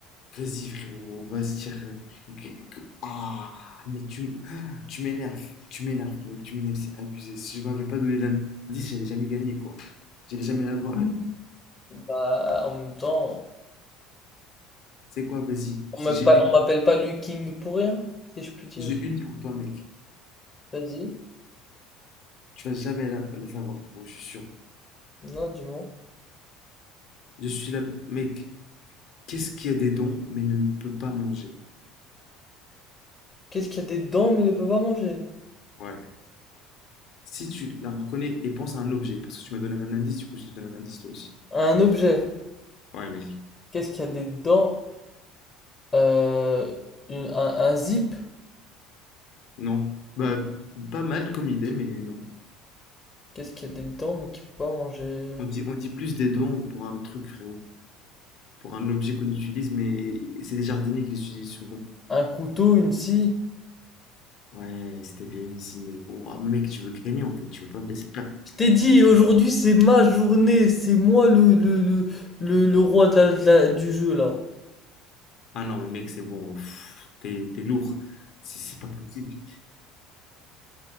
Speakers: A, on the left (about 60°); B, on the left (about 25°).
A: Vas-y, frérot, on va se tirer. Ah, mais tu, tu m'énerves. Tu m'énerves, frérot, tu m'énerves, c'est abusé. Si je m'avais pas donné l'indice, j'allais jamais gagner, quoi. J'allais jamais l'avoir. elle.
B: Bah, en même temps,
A: C'est quoi, vas-y.
B: on
A: Si
B: m'appelle
A: J'ai une,
B: on m'appelle pas Liu King pour rien, si je puis dire.
A: j'ai une pour toi, mec.
B: Vas-y.
A: Tu vas jamais la, la savoir, frérot, je suis sûr.
B: Non, du moi
A: Je suis là, mec. Qu'est-ce qui a des dons, mais ne peut pas manger?
B: Qu'est-ce qui a des dents mais ne peut pas manger?
A: Ouais. Si tu la reconnais et pense à un objet, parce que tu m'as donné un indice, du coup, je te donne un indice toi aussi.
B: Un objet.
A: Ouais, mec.
B: Qu'est-ce qui a des dents? Euh, une- un, un zip.
A: Non. Bah, pas mal comme idée, mais non.
B: Qu'est-ce qui a des dents mais qui peut pas manger?
A: On dit, on dit plus des dons pour un truc, frérot. Pour un objet qu'on utilise, mais c'est les jardiniers qui les utilisent souvent.
B: Un couteau, une scie.
A: Ouais, c'était bien ici, mec. Oh, mec, tu veux gagner, en fait. Tu veux pas me laisser perdre.
B: Je t'ai dit, aujourd'hui c'est ma journée, c'est moi le, le, le, le, le roi de la, de la- du jeu là.
A: Ah non, mais mec, c'est bon. Pff, T'es, t'es lourd. C'est c'est pas possible.